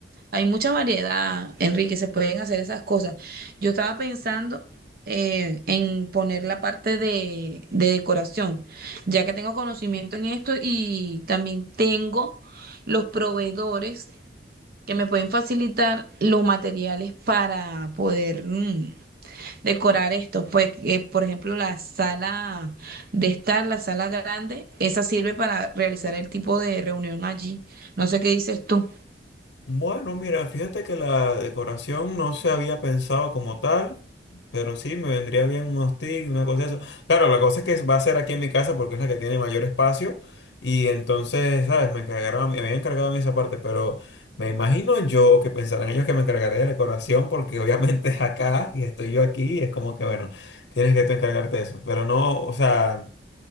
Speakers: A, on the right (about 55°); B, on the left (about 80°).
A: Hay mucha variedad, Enrique, se pueden hacer esas cosas. Yo estaba pensando eh, en poner la parte de, de decoración, ya que tengo conocimiento en esto y también tengo los proveedores que me pueden facilitar los materiales para poder mm, decorar esto. Pues, eh, por ejemplo, la sala de estar, la sala grande, esa sirve para realizar el tipo de reunión allí. No sé qué dices tú.
B: Bueno, mira, fíjate que la decoración no se había pensado como tal, pero sí me vendría bien unos tics, una cosa de eso. Claro, la cosa es que va a ser aquí en mi casa porque es la que tiene mayor espacio y entonces, ¿sabes? Me encargaron, a mí- me habían encargado a mí esa parte, pero me imagino yo que pensarán ellos que me encargaré de la decoración porque <laughs> obviamente es acá y estoy yo aquí y es como que, bueno, tienes que tú encargarte de eso. Pero no, o sea...